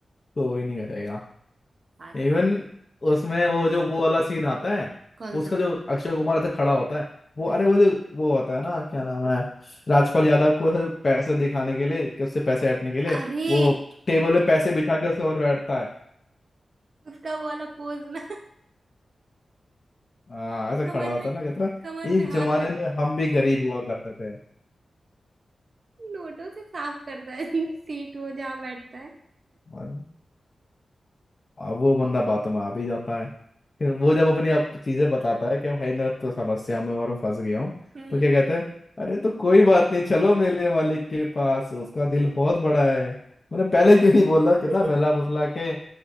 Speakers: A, on the left; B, on the right.
A: कोई नहीं करेगा
B: बात
A: इवन
B: है
A: उसमें वो जो वो वाला सीन आता है
B: कौन
A: उसका
B: सा
A: जो अक्षय कुमार ऐसे खड़ा होता है वो
B: हम्म।
A: अरे वो जो वो होता है ना क्या नाम है राजपाल यादव को ऐसे पैसे दिखाने के लिए कि उससे पैसे हटने के लिए
B: अरे
A: वो टेबल पे पैसे बिछा के उसके और बैठता है
B: उसका वो वाला पोज ना
A: हाँ ऐसे
B: कमर
A: खड़ा होता
B: पे
A: है ना कहता है,
B: कमर
A: एक
B: पे
A: जमाने
B: हाथ रख
A: में हम भी गरीब
B: <laughs>
A: हुआ करते थे
B: नोटों से साफ करता है सीट वो जहां बैठता है
A: तो अब वो बंदा बातों में आ भी जाता है फिर वो जब अपनी आप चीजें बताता है कि भाई मैं तो समस्या में और फंस गया हूँ
B: हम्म
A: तो क्या कहते हैं अरे तो कोई बात नहीं चलो मेरे मालिक के पास उसका दिल बहुत बड़ा है मैंने पहले क्यों नहीं बोला कितना
B: <laughs>
A: बहला फुसला के